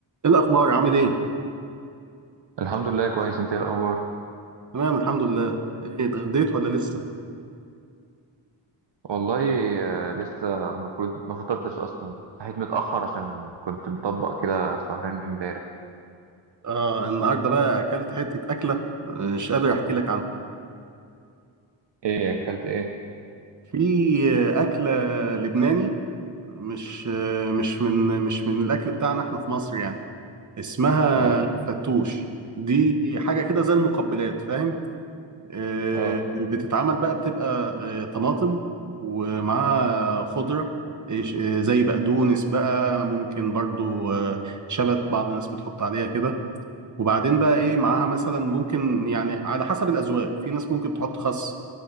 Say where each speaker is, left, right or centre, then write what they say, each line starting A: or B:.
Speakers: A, on the right; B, on the right.
A: ايه الاخبار عامل ايه
B: الحمد لله كويس انت ايه الاخبار
A: تمام الحمد لله ايه اتغديت ولا لسه
B: والله آه، لسه المفروض ما فطرتش اصلا صحيت متاخر عشان كنت مطبق كده شهرين امبارح
A: اه النهارده بقى اكلت حته اكله آه، مش قادر احكي لك عنها
B: ايه اكلت ايه
A: في آه، اكله لبناني مش آه، مش من مش من الاكل بتاعنا احنا في مصر يعني اسمها
B: اه
A: فتوش دي حاجه كده زي المقبلات فاهم آه،
B: اه
A: بتتعمل بقى بتبقى آه، طماطم ومعاها خضره إيش- آه، زي بقدونس بقى ممكن برضو آه، شبت بعض الناس بتحط عليها كده وبعدين بقى ايه معاها مثلا ممكن يعني على حسب الاذواق في ناس ممكن تحط خس